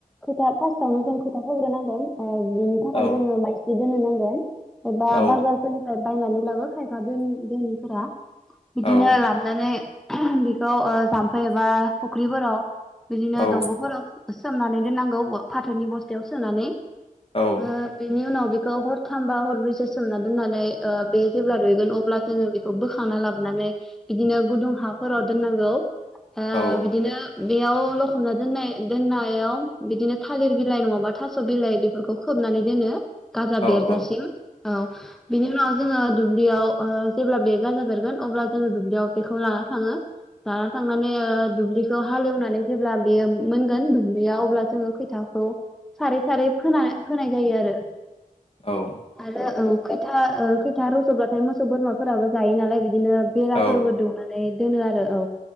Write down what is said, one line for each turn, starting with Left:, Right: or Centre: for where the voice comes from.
Centre: खोथा फासआवनो जों खोथा। होग्रोनांगोन। ओ बिनि थाखाय
Left: औ
Centre: जोङो माइ बिदिनो नांगोन। बा
Left: औ
Centre: बाजारफोरनिफ्राय बायनानै लाबो खायफा दोनि दोनिफोरा। बिदिनो
Left: औ
Centre: लाबोनानै। बेखौ ओ जाम्फै एबा फुख्रिफोराव बिदिनो
Left: औ
Centre: दंग'फोराव। सोमनानै दोननांगौ ब फाथोनि बस्थायाव सोनानै। ओ
Left: औ
Centre: बिनि उनाव। बेखौ हरथामबा हरब्रैसो सोमना दोननानै ओ बे जेब्ला रुइगोन अब्ला जोङो बेखौ बोखांना लाबोनानै बिदिनो गुदुं हाफोराव दोननांगौ। आ
Left: औ
Centre: बिदिनो बेयाव लखबना दोननाय दोननायाव बिदिनो थालिर बिलाइ नङाबा थास' बिलाइ बेफोरखौ खोबनानै दोनो गाजा
Left: औ
Centre: बेरजासिम
Left: औ
Centre: औ बिनि उनाव जोङो दुब्लियाव ओ जेब्ला बे गाजा बेरगोन अब्ला जोङो दुब्लियाव बेखौ लाना थाङो लाना थांनानै ओ दुब्लिखौ हालेवनानै जेब्ला बेयो मोनगोन दुब्लियाव अब्ला जोङो खैथाखौ सारै सारै फोना फोनाय जायो आरो
Left: औ
Centre: आरो औ खैथा ओ खैथा रज'ब्लाथाय मोसौ बोरमाफोराबो जायो नालाय बि दिनो बेराफोरबो
Left: औ
Centre: दुमनानै दोनो आरो औ